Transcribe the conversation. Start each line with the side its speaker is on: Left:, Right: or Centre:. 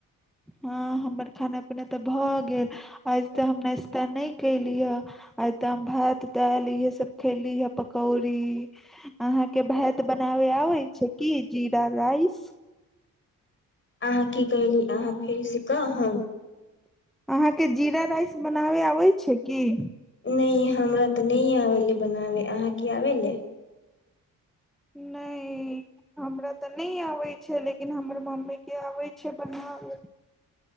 Centre: हँ हमर खाना अपना तऽ
Left: अहाँ
Centre: भऽ गेल आइ तऽ हम नाश्ता नहि कयली हे आइ तऽ हम भात दालि इएहसभ खयली हे पकौड़ी अहाँके भात बनाबय आबै छै की जीरा राइस
Left: अहाँ की कहली अहाँ फेरसँ कहब
Centre: अहाँके जीरा राइस बनाबे आबै छै की
Left: नहि हमरा तऽ नहि आबले बनाबे अहाँ की आबै ले
Centre: नहि हमरा तऽ नहि आबै छै लेकिन हमर मम्मीके आबै छै बनाब